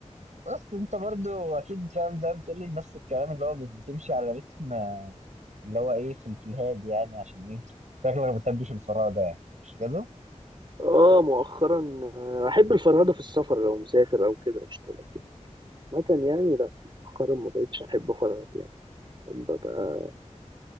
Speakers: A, on the right; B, on the right.
A: بس انت برضو اكيد فاهم زي ما بتقول لي نفس الكلام اللي هو بت- بتمشي على رتم آه، اللي هو ايه في في الهادي يعني عشان ايه شكلك ما بتحبش الفراغ ده يعني مش كده؟
B: اه مؤخرا آه، احب الفرهده في السفر لو مسافر او كده قشطه لكن مثلا يعني لا مؤخرا ما بقتش احب افرهد يعني ببقى